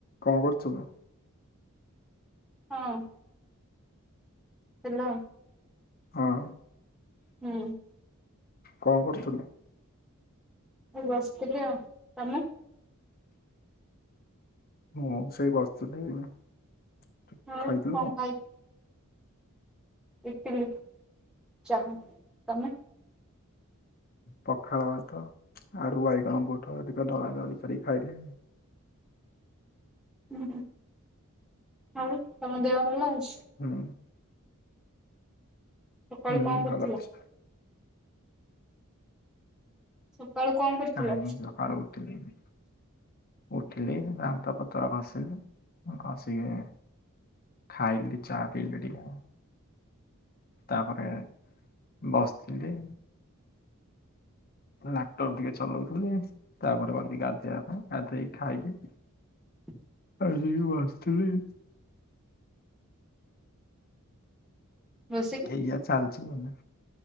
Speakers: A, on the left; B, in the centre.
A: କଣ କରୁଥିଲୁ?
B: ହଁ ହେଲୋ।
A: ହଁ।
B: ହୁଁ।
A: କଣ କରୁଥିଲୁ?
B: ମୁଁ ବସିଥିଲି ଆଉ। ତମେ?
A: ମୁଁ ସେଇ ବସିଥିଲି
B: ଆଉ
A: ଖାଇଥିଲୁ କଣ?
B: ଖାଇ ଇଟିଲି ଚାହା ତମେ?
A: ପଖାଳ ଭାତ ଆଳୁ ବାଇଗଣ ବୋଟଳ ଟିକେ ଦଳା ଦଳି। କରିକି ଖାଇଲି।
B: ହୁଁ। ଆଉ ତମ ଦେହ ଭଲ ଅଛି?
A: ହୁଁ।
B: ସକାଳୁ
A: ହୁଁ
B: କଣ କରୁଥିଲ?
A: ଭଲ ଅଛି।
B: ସକାଳୁ କଣ କରୁଥିଲ
A: କାଇଁ ସକାଳୁ ଉଠ ଲିଣୀ ଉଠିଲେ ଦାନ୍ତ ପତର ଘଷିଲି ଘଷିକି ଖାଇିକି ଚା ପିଇଲି ଟିକେ। ତାପରେ ବସିଥିଲି। ଲ୍ୟାପଟପ ଟିକେ ଚଲଉଥିଲି, ତାପରେ ଗଲି ଗାଧେଇବା ପାଇଁ ଗାଧେଇକି ଖାଇକି
B: <inaudible>
A: ଆସିକି ବସିଥିଲି।
B: ବସିକି
A: ଏଇଆ ଚାଲିଚି। ଆମେ